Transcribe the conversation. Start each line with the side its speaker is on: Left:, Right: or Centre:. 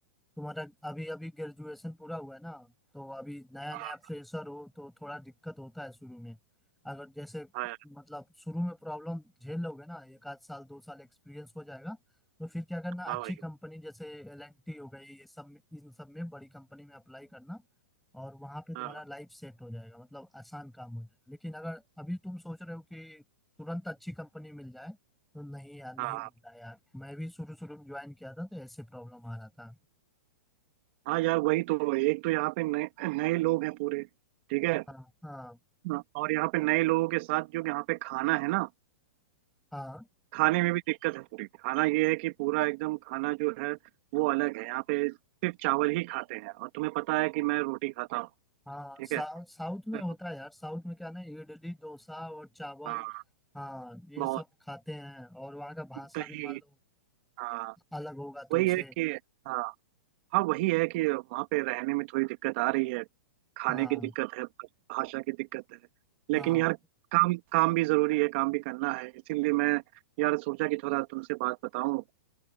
Centre: तुम्हारा अभी अभी ग्रेजुएशन पूरा हुआ है ना तो अभी नया
Right: हाँ
Centre: नया फ्रेशर हो तो थोड़ा दिक्कत होता है शुरू में अगर जैसे
Right: हाँ यार,
Centre: मतलब शुरू में प्रॉब्लम झेल लोगे ना एक आध साल दो साल एक्सपीरियंस हो जाएगा तो फिर क्या करना
Right: हाँ
Centre: अच्छी
Right: भाई
Centre: कंपनी जैसे एल एंड टी हो गई ये सब में इन सब में बड़ी कंपनी में अप्लाई करना और वहां पे तुम्हारा
Right: हाँ
Centre: लाइफ सेट हो जाएगा मतलब आसान काम हो जाएगा लेकिन अगर अभी तुम सोच रहे हो कि तुरंत अच्छी कंपनी मिल जाए तो नहीं यार नहीं
Right: हाँ
Centre: मिलता
Right: हाँ
Centre: यार मैं भी शुरू शुरू में ज्वाइन किया था तो ऐसे प्रॉब्लम आ रहा था
Right: हाँ यार वही तो एक तो यहाँ पे नए नए लोग हैं पूरे ठीक है
Centre: हाँ हाँ
Right: हाँ, और यहाँ पे नए लोगों के साथ जो यहाँ पे खाना है ना
Centre: हाँ
Right: खाने में भी दिक्कत है पूरी खाना ये है कि पूरा एकदम खाना जो है वो अलग है यहाँ पे सिर्फ चावल ही खाते हैं और तुम्हें पता है कि मैं रोटी खाता हूँ
Centre: हाँ
Right: ठीक
Centre: सा,
Right: है
Centre: साउथ
Right: पर-
Centre: में होता है यार साउथ में क्या ना इडली डोसा और चावल
Right: हाँ
Centre: हाँ ये
Right: बहुत
Centre: सब खाते हैं और वहाँ का भाषा
Right: दही
Centre: भी मान लो
Right: हाँ
Centre: अलग होगा तुमसे
Right: वही है कि हाँ हाँ वही है कि वहाँ पे रहने में थोड़ी दिक्कत आ रही है खाने
Centre: हाँ
Right: की दिक्कत है भाषा की दिक्कत है लेकिन
Centre: हाँ
Right: यार काम काम भी जरूरी है काम भी करना है इसीलिए मैं यार सोचा कि थोड़ा तुमसे बात बताऊं